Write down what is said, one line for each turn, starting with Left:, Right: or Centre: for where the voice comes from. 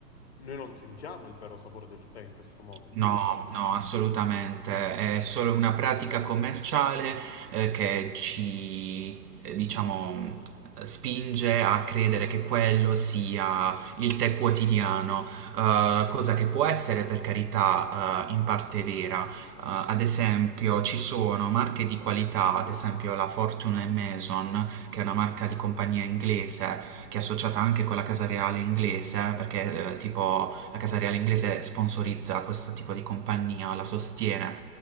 Left: noi non sentiamo il vero sapore del tè in questo modo, giusto?
Right: No, no, assolutamente. È solo una pratica commerciale, eh, che ci, eh, diciamo, mh, spinge a credere che quello sia il tè quotidiano, eh, cosa che può essere per carità, eh, in parte vera. Eh, ad esempio, ci sono marche di qualità, ad esempio la Fortune e Mason, che è una marca di compagnia inglese che è associata anche con la Casa Reale inglese, perché eh, tipo la Casa Reale inglese sponsorizza questo tipo di compagnia, la sostiene.